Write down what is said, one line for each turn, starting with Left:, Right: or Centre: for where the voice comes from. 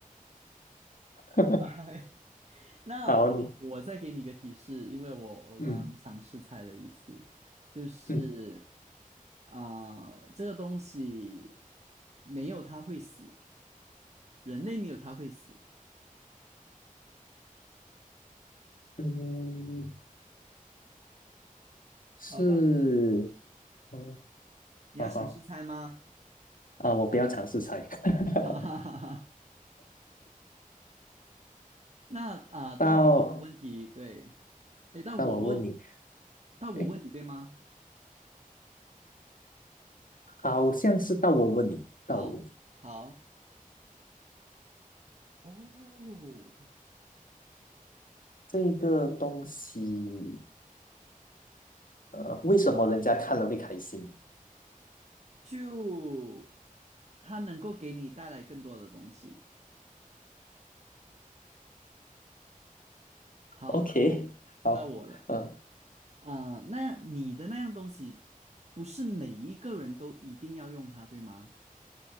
Right: <laughs>
Left: <laughs>
Right: 来，那我我再给你一个提示，
Left: 好，你
Right: 因为我我刚刚尝试猜了一次，
Left: 嗯
Right: 就是
Left: 嗯
Right: 啊、这个东西没有它会死，人类没有它会死。
Left: 嗯，是，
Right: 好的，
Left: 嗯，
Right: 你要尝试猜吗？
Left: 好好啊，我不要尝试猜。<laughs>
Right: <laughs> 哈哈哈哈。那啊、到你问我问题，
Left: 到
Right: 对，诶，那我问，
Left: 那我问你，
Right: 那我问你，
Left: 诶，
Right: 对吗？
Left: 好像是到我问你，
Right: 好，
Left: 到我问你，
Right: 好。哦，
Left: 这个东西，呃，为什么人家看了会开心？
Right: 就它能够给你带来更多的东西。好，
Left: OK，
Right: 到我，
Left: 好，
Right: 到我了。
Left: 呃
Right: 啊、那样你的那样东西，不是每一个人都一定要用它，对吗？